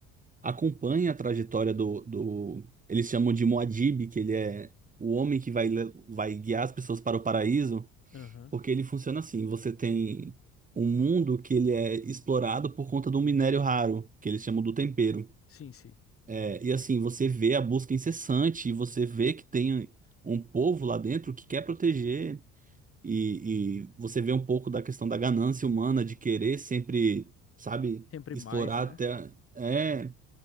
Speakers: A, on the right; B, on the left.
A: acompanha a trajetória do, do, eles chamam de Muad'Dib, que ele é o homem que vai, le- vai guiar as pessoas para o paraíso,
B: Aham.
A: porque ele funciona assim, você tem um mundo que ele é explorado por conta de um minério raro, que eles chamam do tempero.
B: Sim, sim.
A: É, e assim, você vê a busca incessante, e você vê que tem um povo lá dentro que quer proteger, e, e você vê um pouco da questão da ganância humana de querer sempre, sabe,
B: Sempre
A: explorar
B: mais, né?
A: até. É,